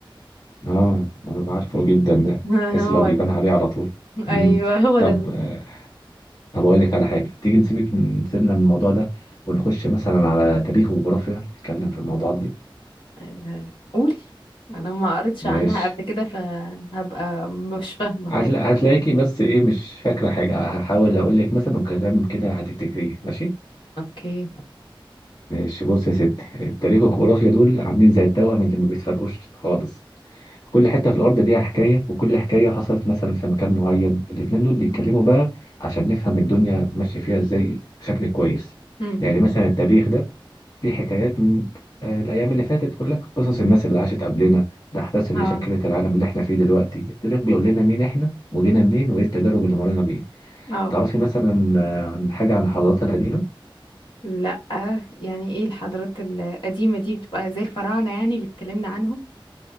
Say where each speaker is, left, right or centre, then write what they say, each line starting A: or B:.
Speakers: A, on the left; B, on the left.
A: اه انا بعرفه جدا ده
B: <laughs> هو
A: تحس اللي هو بيبان
B: ده.
A: عليه على طول
B: أيوه
A: امم
B: هو
A: طب
B: ده المثال
A: آه، طب اقول لك على حاجه تيجي نسيبك نسيبنا من الموضوع ده ونخش مثلا على تاريخ وجغرافيا نتكلم في الموضوعات دي
B: آه، قول أنا ما قريتش
A: ماشي
B: عنها قبل كده فهبقى مش فاهمة
A: هتلا... هتلاقيكي بس ايه مش فاكرة حاجة هحاول اقول لك مثلا وكلام كده هتفتكريه ماشي
B: اوكي
A: ماشي بص يا ستي التاريخ والجغرافيا دول عاملين زي التوأم اللي ما بيتفرقوش خالص كل حتة في الأرض ليها حكاية وكل حكاية حصلت مثلا في مكان معين الاتنين دول بيتكلموا بقى عشان نفهم الدنيا ماشية فيها ازاي بشكل كويس
B: امم
A: يعني مثلا التاريخ ده ليه حكايات من آه، الأيام اللي فاتت كلها قصص الناس اللي عاشت قبلنا الأحداث اللي
B: اه
A: شكلت العالم اللي احنا فيه دلوقتي التاريخ بيقول لنا مين احنا وجينا منين وايه التجارب اللي مرينا بيها
B: اه
A: تعرفي مثلا آه، عن حاجة عن الحضارات القديمة؟
B: لا يعني ايه الحضارات القديمة دي بتبقى زي الفراعنة يعني اللي اتكلمنا عنهم